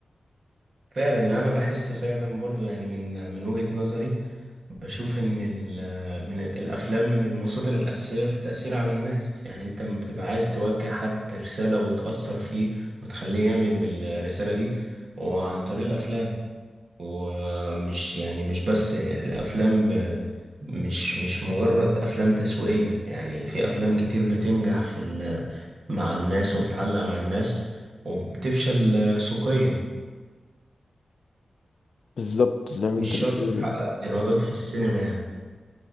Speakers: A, on the right; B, on the left.
A: فعلا يعني انا بحس فعلا برضو يعني من من وجهة نظري بشوف ان ال- من ال- الافلام من المصادر الاساسية في التأثير على الناس يعني انت لما بتبقى عايز توجه حد رسالة وتأثر فيه وتخليه يعمل بالرسالة دي وعن طريق الافلام ومش يعني مش بس الافلام ب... مش مش مجرد افلام تسويقية يعني في افلام كتير بتنجح في ال... مع الناس وبتعلق مع الناس وبتفشل آه، سوقيا
B: بالظبط زي ما
A: مش
B: انت
A: شرط
B: بتقول
A: تحقق
B: يعني.
A: ايرادات في السينما يعني